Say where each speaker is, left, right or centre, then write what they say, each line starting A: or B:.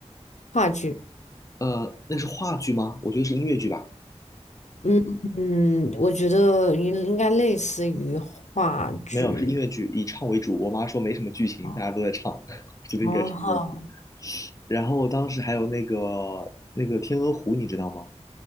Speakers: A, on the left; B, on the left.
A: 话剧？
B: 呃，那是话剧吗？我觉得是音乐剧吧，
A: 嗯嗯，我觉得应应该类似于话剧
B: 没有，是音乐剧，以唱为主。我妈说没什么剧情，
A: 啊，
B: 大家都在唱，<laughs> 我觉得应该是音乐剧。
A: 啊哈，
B: 然后当时还有那个那个《天鹅湖》，你知道吗？